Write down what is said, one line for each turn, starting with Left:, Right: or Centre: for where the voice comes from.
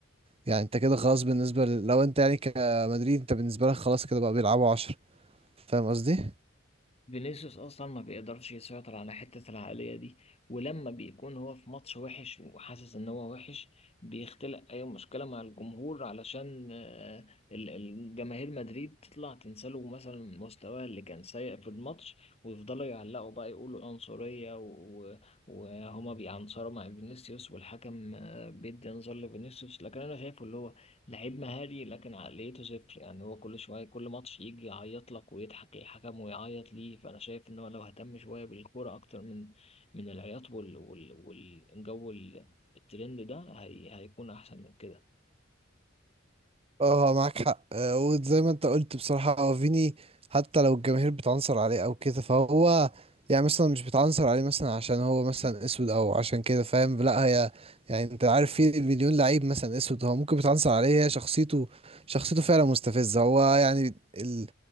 Right: يعني انت كده خلاص بالنسبه ل... لو انت يعني كمدريد انت بالنسبه لك خلاص كده بقى بيلعبوا عشرة فاهم قصدي
Left: فينيسيوس أصلا ما بيقدرش يسيطر على حتة العقلية دي ولما بيكون هو في ماتش وحش وحاسس إن هو وحش بيختلق أي مشكلة مع الجمهور علشان آه، ال- الجماهير مدريد تطلع تنساله مثلا مستواه اللي كان سيء في الماتش ويفضلوا يعلقوا بقى يقولوا عنصرية و- و- وهما بيعنصروا مع فينيسيوس والحكم آه، بيدي انذار لفينيسيوس لكن أنا شايفه اللي هو لعيب مهاري لكن عقليته صفر يعني هو كل شوية كل ماتش يجي يعيط لك ويضحك الحكم ويعيط ليه فأنا شايف إن هو لو اهتم شوية بالكورة أكتر من من العياط وال وال والجو ال- الترند ده هي هيكون أحسن من كده
Right: اه معاك حق آه، وزي ما انت قلت بصراحة هو فيني حتى لو الجماهير بتعنصر عليه او كده فهو يعني مثلا مش بتعنصر عليه مثلا عشان هو مثلا اسود او عشان كده فاهم لا هي يعني انت عارف في مليون لعيب مثلا اسود هو ممكن بتعنصر عليه هي شخصيته شخصيته فعلا مستفزة هو يعني ال-